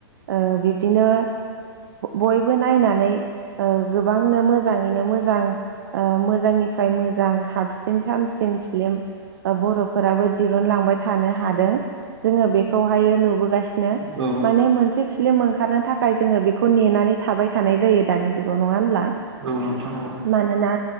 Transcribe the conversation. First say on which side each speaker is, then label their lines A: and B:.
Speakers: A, on the right; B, on the right.
A: ओ बिब्दिनो बयबो नायनानै ओ गोबांनो मोजाङैनो मोजां ओ मोजांनिफ्राय मोजां हाबसिन साबसिन सामसिन फिलिम बर'फोराबो दिरुनलांबाय थानो हादों। जोङो बेखौहाय नुबोगासिनो
B: औ
A: माने मोनसे भिलिम ओंखारनो थाखाय जोङो बेखौ नेनानै थाबाय थानाय जायो दानि जुगाव नङा होनोमब्ला
B: औ नोंथां औ
A: मानोना